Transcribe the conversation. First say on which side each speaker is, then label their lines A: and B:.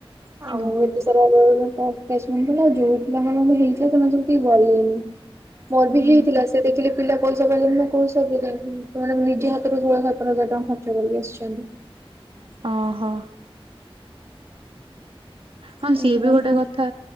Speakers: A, on the right; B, on the right.
A: ହେ
B: ଆଉ ଏତେ ସ <unintelligible> ପ୍ଲେସମେଣ୍ଟ ଥିଲା, ଆଉ ଯୋଉ ପିଲାମାନଙ୍କ ହେଇଥିଲା ସେମାନେ ସବୁ କେହି ଗଲେନି। ମୋର
A: ଭଗବାନ।
B: ବି ହେଇଥିଲା ସେ ଦେଖିଲେ ପିଲା ପଇସା ପାଇଲେନି ମୁଁ କହୁଛି ସବୁ ପିଲାଙ୍କୁ, ସେମାନେ ନିଜେ ହାତରୁ ଷୋଳ ସତର ହଜାର ଟଙ୍କା ଖର୍ଚ୍ଚ କରିକି ଆସିଛନ୍ତି।
A: ଅହୋ। ହଁ
B: ସେଇଥିପାଇଁ
A: ସିଏ ବି ଗୋଟେ
B: ଆଉ
A: କଥା।